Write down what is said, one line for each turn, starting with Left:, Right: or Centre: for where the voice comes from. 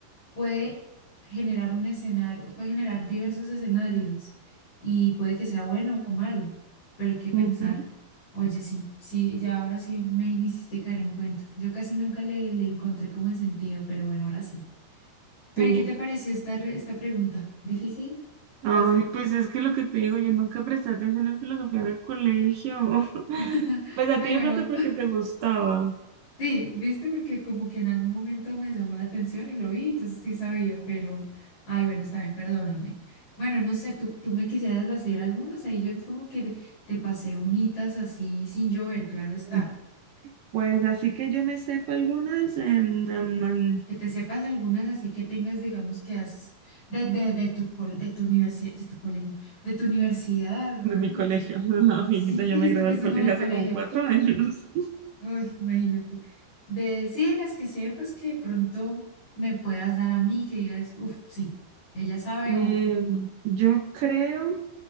Left: puede generar un escenario, puede generar diversos escenarios y puede que sea bueno o malo, pero hay que pensar.
Right: ujú,
Left: Oye, sí, sí, ya ahora sí me, me hiciste caer en cuenta. Yo casi nunca le, le encontré como el sentido, pero bueno, ahora sí. Pero
Right: sí.
Left: ¿y qué te pareció esta, re- esta pregunta? ¿Difícil?
Right: Ay,
Left: ¿Fácil?
Right: pues es que lo que te digo, yo nunca presté atención en filosofía en el colegio. <laughs>
Left: <laughs>
Right: Pues a
Left: Ay,
Right: ti
Left: bueno,
Right: de pronto porque te gustaba.
Left: <laughs> sí, viste, porque como que en algún momento me llamó la atención y lo vi, entonces sí sabía, pero, ay, bueno, está bien, perdóname. Bueno, no sé, tú, tú me quisieras hacer algunos, ahí yo como que te, te pasé unitas así sin llover, claro está.
Right: Mm, Pues así que yo me sepa algunas em, em, em,
Left: Que te sepas algunas así que tengas, digamos, que has de, de, de tu, col- de tu universidad, de tu colegio, de tu universidad o
Right: de
Left: algo
Right: mi colegio.
Left: que...
Right: <laughs> Amiguita,
Left: Sí,
Right: ya
Left: <laughs> estoy
Right: me gradué
Left: pensando
Right: del colegio
Left: en el colegio.
Right: hace como cuatro años.
Left: Uy, imagínate. De, sí, las que sepas que de pronto me puedas dar a mí, que digas, uff, sí, ella sabe
Right: Eh,
Left: o,
Right: yo creo,